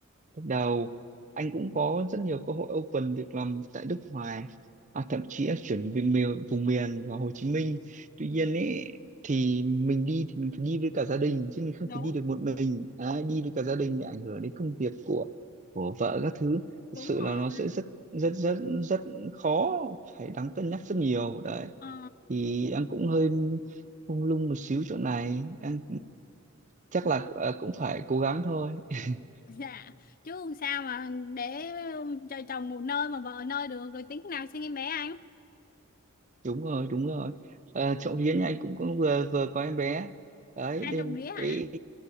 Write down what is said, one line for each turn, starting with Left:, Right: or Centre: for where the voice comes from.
Right: lúc đầu anh cũng có rất nhiều cơ hội open việc làm tại nước ngoài à, thậm chí là chuyển về miền vùng miền vào Hồ Chí Minh tuy nhiên ấy thì mình đi thì mình phải đi với cả gia đình chứ mình không
Left: Đúng,
Right: thể đi được một mình à, đi với cả gia đình lại ảnh hưởng đến công việc của của vợ các thứ thực
Left: đúng
Right: sự
Left: rồi.
Right: là nó sẽ rất rất rất rất khó phải đáng cân nhắc rất nhiều đấy
Left: Ờ,
Right: thì đang cũng hơi mông lung một xíu chỗ này đang chắc là ờ, cũng phải cố gắng thôi <laughs>
Left: dạ, chứ sao mà để cho chồng một nơi mà vợ nơi được rồi tính nào sinh em bé anh?
Right: đúng rồi đúng rồi à, trộm vía nhà anh cũng, cũng vừa vừa có em bé đấy
Left: À
Right: nên
Left: trộm rĩa
Right: cái
Left: hả?